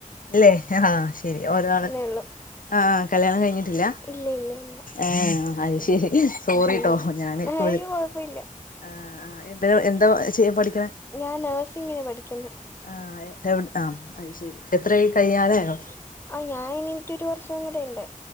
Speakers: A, on the left; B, on the left.
A: ഇല്ലേ ആ ശരി ഒരാൾ
B: ഉള്ളു
A: ആ കല്യാണം കഴിഞ്ഞിട്ടില്ല
B: ഇല്ല ഇല്ല ഇല്ല
A: ഏഹ് അത് ശരി സോറിട്ടോ
B: ഉം
A: ഞാന് ഇപ്പ
B: അയ്യോ കൊഴപ്പമില്ല
A: ആആ എന്താ എന്താ ചെയ്യാൻ പഠിക്കണെ
B: ഞാൻ നേഴ്സിങ്ങിന് പഠിക്ക്ന്ന്
A: ആ എവ് ആ അത് ശരി എത്ര കഴിയാനായോ
B: ആ ഞാൻ എനിക്കൊരു വർഷം കൂടെ ഇണ്ട്